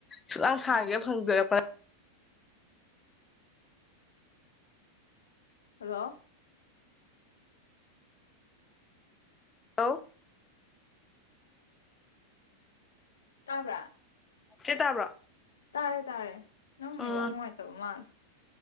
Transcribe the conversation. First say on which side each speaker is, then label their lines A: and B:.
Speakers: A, on the left; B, on the left.
A: ꯁꯨꯡꯁꯥꯡ ꯁꯥꯥꯡꯒꯦ
B: ꯑꯥ
A: ꯐꯪꯖꯔꯄ
B: ꯍꯜꯂꯣ
A: ꯍꯂꯣ
B: ꯇꯕ꯭ꯔꯥ
A: ꯆꯦ ꯇꯥꯕ꯭ꯔꯣ
B: ꯇꯥꯔꯦ ꯇꯥꯔꯦ ꯅꯪ ꯅꯦꯠꯋꯛ
A: ꯎꯝ
B: ꯅꯨꯡꯉꯥꯏ ꯇꯕ ꯃꯥꯜꯂꯦ